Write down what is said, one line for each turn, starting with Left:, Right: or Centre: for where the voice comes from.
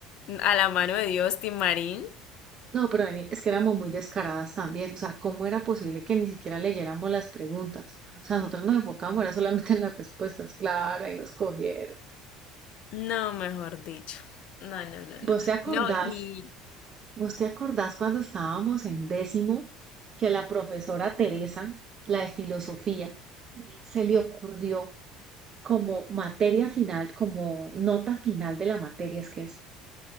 Left: a la mano de Dios, Timarín.
Right: No, pero vení, es que éramos muy descaradas también. O sea, ¿cómo era posible que ni siquiera leyéramos las preguntas? O sea, nosotros nos enfocábamos, era solamente en las respuestas. Claro, ahí nos cogieron.
Left: No, mejor dicho. No, no, no, no.
Right: ¿Vos te acordás?
Left: No, y...
Right: ¿Vos te acordás cuando estábamos en décimo que la profesora Teresa, la de filosofía, se le ocurrió como materia final, como nota final de la materia, es que es